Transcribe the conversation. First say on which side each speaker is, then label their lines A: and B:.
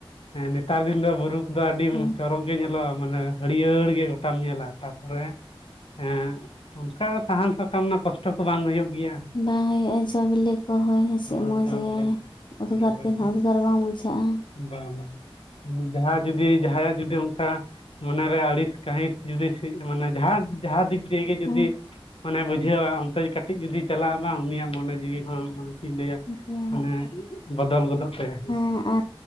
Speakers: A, on the left (about 70°); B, on the left (about 55°).
A: ᱱᱮᱛᱟᱨ ᱫᱤᱱ ᱫᱚ ᱵᱩᱨᱩ- ᱫᱚ ᱟᱹᱰᱤᱢ
B: ᱦᱮᱸ
A: ᱪᱚᱨᱚᱠ ᱜᱮ ᱧᱮᱞᱚᱜᱼᱟ ᱢᱟᱱᱮ ᱦᱟᱹᱨᱭᱟᱹᱲ ᱜᱮ ᱜᱚᱴᱟᱢ ᱧᱮᱞᱟ ᱛᱟᱯᱚᱨᱮ᱾ ᱦᱮᱸ ᱚᱱᱠᱟ ᱥᱟᱦᱟᱱ ᱥᱟᱠᱟᱢ ᱨᱮᱱᱟᱜ ᱠᱚᱥᱴᱚ ᱠᱚ ᱵᱟᱝ ᱦᱩᱭᱩᱜ ᱜᱮᱭᱟ᱾
B: ᱵᱟᱝ ᱦᱳᱭᱳᱜᱼᱟ ᱪᱚ ᱵᱤᱞᱤ ᱠᱚ ᱦᱚᱭ ᱦᱮᱸ᱾ ᱥᱮᱜ
A: ᱦᱳᱭ
B: ᱢᱚᱡᱽ
A: ᱡᱟ
B: ᱜᱮ
A: ᱵᱚᱞᱮ
B: ᱩᱫᱽᱜᱟᱨ
A: ᱦᱳᱭ ᱦᱳᱭ
B: ᱛᱮ ᱱᱟᱜ ᱩᱫᱽᱜᱟᱨ ᱵᱟᱝ ᱵᱩᱡᱷᱟᱹᱜᱼᱟ᱾
A: ᱵᱟᱝ ᱵᱟᱝ ᱡᱟᱦᱟᱸ ᱡᱩᱫᱤ ᱡᱟᱦᱟᱸᱭᱟᱜ ᱡᱩᱫᱤ ᱚᱝᱠᱟ- ᱢᱚᱱᱮ ᱨᱮ ᱟᱹᱲᱤᱥ ᱠᱟᱹᱦᱤᱥ ᱡᱩᱫᱤ ᱥᱤᱡ ᱢᱟᱱᱮ ᱡᱟᱦᱟᱸ ᱡᱟᱦᱟᱸ ᱫᱤᱠ ᱫᱤᱭᱮ ᱜᱮ ᱡᱩᱫᱤ-
B: ᱦᱮᱸ
A: ᱢᱟᱱᱮ ᱵᱩᱡᱷᱟᱹᱣᱟ ᱚᱱᱛᱮ ᱠᱟᱹᱴᱤᱡᱽ ᱡᱩᱫᱤ ᱪᱟᱞᱟᱜᱼᱟ ᱵᱟᱝ ᱩᱱᱤᱭᱟᱜ ᱢᱚᱱᱮ ᱡᱤᱣᱤ ᱦᱚᱸ ᱪᱮᱫ ᱤᱧ ᱞᱟᱹᱭ-ᱟ
B: ᱨᱮᱭᱟᱲᱚᱜ
A: ᱢᱟᱱᱮ ᱵᱚᱫᱚᱞ ᱜᱚᱫᱚᱜ ᱛᱟᱭᱟ ᱦᱮᱸ᱾
B: ᱦᱮ ᱟ